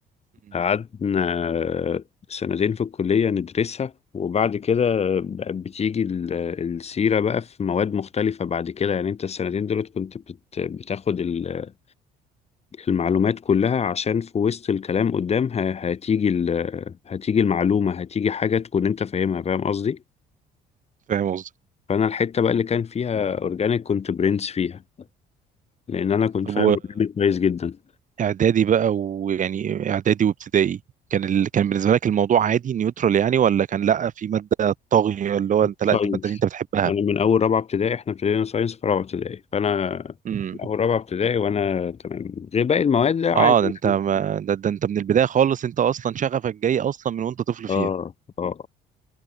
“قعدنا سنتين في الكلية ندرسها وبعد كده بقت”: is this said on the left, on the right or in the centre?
Left